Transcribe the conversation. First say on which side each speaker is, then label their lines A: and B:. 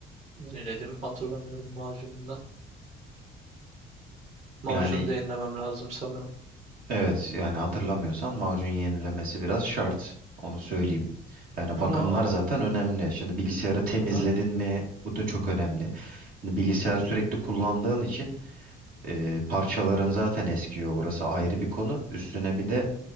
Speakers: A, on the right; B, on the right.
A: yeniledim hatırlamıyorum macununu da. Macunu
B: Yani
A: da yenilemem lazım sanırım.
B: evet yani hatırlamıyorsan macun yenilemesi biraz şart. Onu söyleyeyim. Yani
A: Bunu
B: bakımlar zaten önemli. Şimdi bilgisayarı temizledin
A: aha.
B: mi? Bu da çok önemli. Şimdi bilgisayar sürekli kullandığın için e, parçaların zaten eskiyor. Burası ayrı bir konu. Üstüne bir de